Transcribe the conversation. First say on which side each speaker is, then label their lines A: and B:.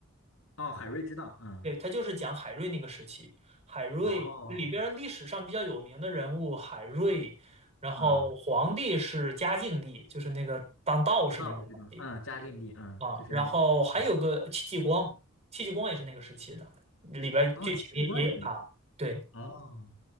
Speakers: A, on the left; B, on the right.
A: 哦，海瑞之荡，嗯，
B: 对，他就是讲海瑞那个时期，海瑞里边儿历史上比较有名的人物，
A: 哦，
B: 海瑞，然后皇帝是嘉靖帝，
A: 嗯，
B: 就是那个当道士那个皇帝
A: 啊，我知道，嗯，嘉靖帝，嗯，
B: 啊，
A: 就是那个时
B: 然后还有个戚继光，戚继光也是那个时期的，里边儿剧情也也有他。
A: 哦，戚继光也可以。
B: 对
A: 哦，